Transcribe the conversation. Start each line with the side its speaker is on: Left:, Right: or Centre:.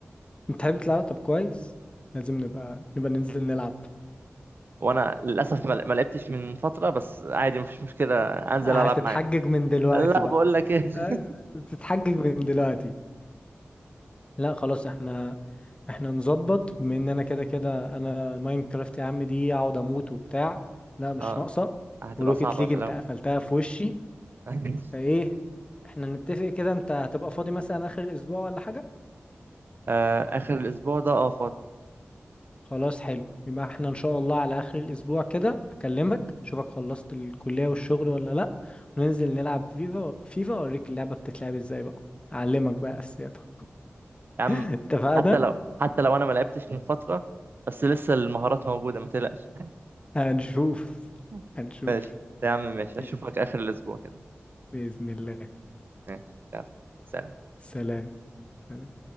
Left: بتحب تلعب طب كويس لازم نبقى نبقى ننزل نلعب
Right: وانا للاسف ما ما لعبتش من فترة بس عادي مفيش مشكلة انزل
Left: هتتحجج
Right: العب معاك
Left: من دلوقتي
Right: لا
Left: بقى
Right: بقول لك ايه <laughs>
Left: آه، تتحجج من دلوقتي لا خلاص احنا احنا نظبط بما ان انا كده كده انا ماينكرافت يا عم دي اقعد اموت وبتاع لا مش
Right: اه
Left: ناقصة
Right: هتبقى
Left: وروكيت
Right: صعبة
Left: ليج
Right: في
Left: انت
Right: الاول
Left: قفلتها في وشي
Right: <laughs>
Left: فايه احنا نتفق كده انت هتبقى فاضي مثلا اخر الاسبوع ولا حاجة
Right: آه اخر الاسبوع ده اه فاضي
Left: خلاص حلو يبقى احنا ان شاء الله على اخر الاسبوع كده اكلمك اشوفك خلصت الكلية والشغل ولا لا وننزل نلعب فيفا فيفا اوريك اللعبة بتتلعب ازاي بقى اعلمك بقى اساسياتها
Right: يا
Left: <laughs>
Right: عم
Left: اتفقنا
Right: حتى لو حتى لو انا ما لعبتش من فتره بس لسه المهارات موجوده ما تقلقش
Left: هنشوف
Right: <laughs>
Left: هنشوف
Right: ماشي يا عم ماشي اشوفك
Left: ماشي.
Right: اخر الاسبوع كده
Left: بإذن الله
Right: ماشي يلا سلام
Left: سلام سلام